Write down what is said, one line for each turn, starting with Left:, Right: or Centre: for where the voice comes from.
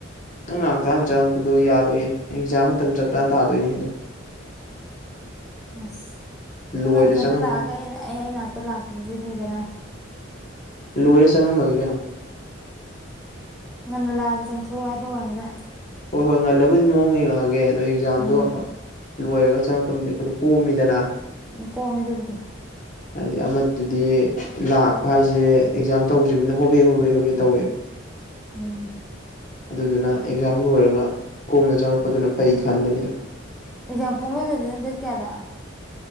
Left: ꯅꯪ ꯅꯅꯥꯛꯇꯥ ꯍꯥꯟꯅ ꯆꯪꯉꯛꯄꯗꯣ ꯌꯥꯔꯣꯏꯌꯦ ꯑꯦꯛꯖꯥꯝ ꯃꯇꯝ ꯆꯞ ꯆꯥꯅ ꯇꯥꯗꯣꯏꯅꯤ ꯑꯗꯨꯝ
Centre: ꯑꯁ ꯈꯪ
Left: ꯂꯣꯏꯔ
Centre: ꯉꯟ ꯈꯠꯅ
Left: ꯆꯪꯉꯝꯃꯒꯦ
Centre: ꯂꯥꯛꯑꯒ ꯑꯩꯅ ꯑꯩ ꯑꯩ ꯅꯥꯛꯇ ꯂꯥꯛꯄꯗꯨꯗꯤ ꯐꯩꯗꯅ
Left: ꯂꯣꯏꯔꯦ ꯆꯪꯉꯝꯃꯒꯦ ꯀꯩꯅꯣ
Centre: ꯉꯟꯅ ꯂꯥꯛꯑꯗꯤ ꯆꯪꯊꯣꯔꯛꯑꯣ ꯍꯥꯏꯕꯩ ꯋꯥꯅꯤꯗ
Left: ꯍꯣꯏ ꯍꯣꯏ ꯉꯜꯂꯕꯨꯗꯤ ꯃꯑꯣꯡ ꯌꯦꯡꯉꯛꯑꯒꯦ ꯑꯗꯣ ꯑꯦꯛꯖꯥꯝꯗꯣ
Centre: ꯎꯝ
Left: ꯂꯣꯏꯔꯒ ꯆꯪꯉꯛꯄꯅ ꯑꯩꯈꯣꯏꯗ ꯀꯣꯝꯃꯤꯗꯅ
Centre: ꯎꯝ ꯀꯣꯝꯃꯦ ꯑꯗꯨꯕꯨꯗꯤ
Left: ꯍꯥꯏꯗꯤ ꯑꯃꯗꯨꯗꯤ ꯂꯥꯛꯄ ꯍꯥꯏꯁꯦ ꯑꯦꯛꯖꯥꯝ ꯇꯧꯗ꯭ꯔꯤꯕꯅꯤꯅ ꯍꯣꯕꯦ ꯍꯣꯕꯦ ꯍꯣꯕꯦ ꯇꯧꯋꯦꯕ
Centre: ꯎꯝ
Left: ꯑꯗꯨꯗꯨꯅ ꯑꯦꯛꯖꯥꯝ ꯂꯣꯏꯔꯒ ꯀꯣꯝꯅ ꯆꯪꯉꯛꯄꯗꯨꯅ ꯐꯩ ꯈꯟꯕꯅꯤꯗ
Centre: ꯑꯦꯛꯖꯥꯝ ꯄꯨꯡ ꯂꯣꯏ ꯂꯣꯏꯔꯤꯗ ꯅ ꯗꯦꯠ ꯀꯌꯥꯗ